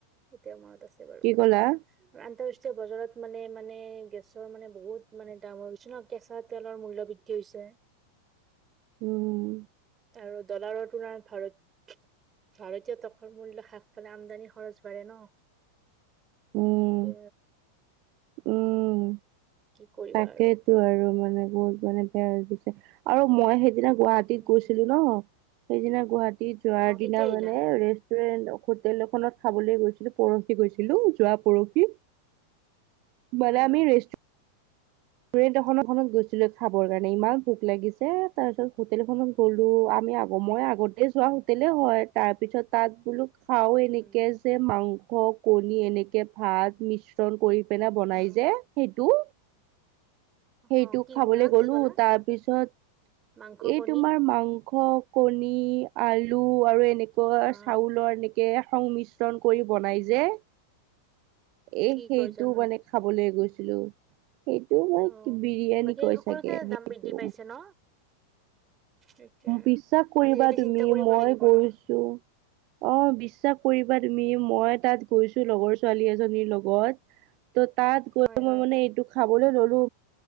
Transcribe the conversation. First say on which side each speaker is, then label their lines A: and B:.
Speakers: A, on the right (about 20°); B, on the right (about 40°).
A: এতিয়াও মনত আছে বাৰু
B: কি ক'লা
A: আৰু আন্তৰাষ্ট্ৰীয় বজাৰত মানে মানে গেছৰ মানে বহুত মানে দাম হৈ গৈছে ন কেঁচা তেলৰ মূল্য বৃদ্ধি হৈছে।
B: উম
A: আৰু ডলাৰৰ তুলনাত ভাৰত ভাৰতীয় তকৰৰ মূল্য হাস পালে আমদানি খৰচ বাঢ়ে ন।
B: উম
A: কি
B: উম।
A: কি কৰিবা
B: তাকেইটো
A: আৰু
B: আৰু মানে বহুত মানে বেয়া হৈ গৈছে আৰু মই সেইদিনা গুৱাহাটীত
A: উম
B: গৈছিলো ন সেইদিনা গুৱাহাটীত যোৱাৰ
A: অ কেতিয়া
B: দিনা
A: আহিলা
B: মানে ৰে ৰেষ্টুৰেন হোটেল এখনত খাবলৈ গৈছিলো পৰহি গৈছিলো যোৱা পৰহি বনামি
A: হয় হয়
B: ৰেষ্টু ৰেুন্ট এখনত গৈছিলো খাবৰ কাৰণে ইমান ভোক লাগিছে তাৰ পিছত হোটেলখনত গ'লো বোলো আমি আগ মই আগতে যোৱা হোটেলে হয় তাৰ পিছত তাত বোলো খাও
A: উম
B: এনেকে যে মাংস কণী এনেকে ভাত মিশ্ৰণ কৰি পেনে বনাই
A: অ
B: যে সেইটো সেইটো
A: অ কি
B: খাবলৈ
A: কলা
B: গ'লো
A: কি কলা
B: তাৰপিছত
A: মাংস
B: এই
A: কণী
B: তোমাৰ মাংস, কণী আলু আৰু এনেকুৱা
A: অ
B: চাউলৰ এনেকে সংমিশ্ৰণ কৰি বনাই যে এ
A: কি
B: সেইটো
A: কয় জানো
B: মানে খাবলে গৈছিলো। সেইটো মই
A: অ
B: বিৰিয়ানী
A: বাকী
B: কয়
A: সকলোতে
B: চাগে সেইটো।
A: দাম বৃদ্ধি পাইছে ন? সেইটোৱে আৰু
B: বিশ্বাস কৰিবা
A: আজিকালি
B: তুমি
A: চিন্তা কৰিব
B: মই
A: লাগিব
B: গৈছো
A: ন?
B: অ বিশ্বাস কৰিবা তুমি মই তাত গৈছোঁ লগৰ ছোৱালী এজনীৰ লগত ত তাত গৈ
A: হয়,
B: মই
A: হয়,
B: মানে এইটো খাব বলে ললো